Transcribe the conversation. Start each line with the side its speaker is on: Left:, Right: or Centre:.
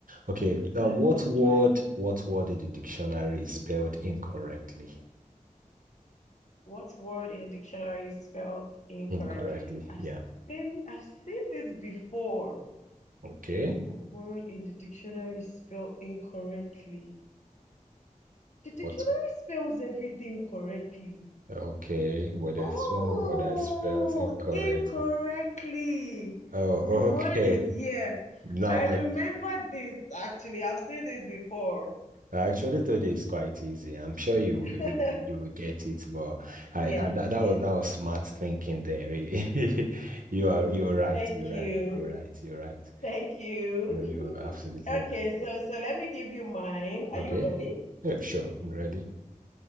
Right: Okay, now
Left: let,
Right: what
Left: us
Right: word,
Left: try.
Right: what word in the dictionary is spelled incorrectly?
Left: What word in the dictionary is spelled incorrectly?
Right: Incorrectly,
Left: I've
Right: yeah.
Left: seen, I've seen this before.
Right: Okay,
Left: What word in the dictionary is spelled incorrectly? The dictionary
Right: what?
Left: spells everything correctly.
Right: Okay, well, there's
Left: Oh,
Right: one word that's spelled incorrectly.
Left: incorrectly.
Right: Oh,
Left: The word
Right: <laughs> okay.
Left: is yeah.
Right: Now
Left: I
Right: I
Left: remember this actually. I've seen this before.
Right: I actually thought it's quite easy. I'm sure you will-
Left: <laughs>
Right: you will- you will get it, but I,
Left: Yeah,
Right: I that, that
Left: yeah.
Right: was that was smart thinking there, really. <laughs> You are
Left: Mm,
Right: you're right.
Left: Thank
Right: You're right.
Left: you.
Right: You're right. You're right.
Left: Thank you.
Right: You're you're
Left: <laughs>
Right: absolutely
Left: Okay,
Right: right.
Left: so so let me give you mine. Are
Right: Okay.
Left: you ready?
Right: Yeah, sure. I'm ready.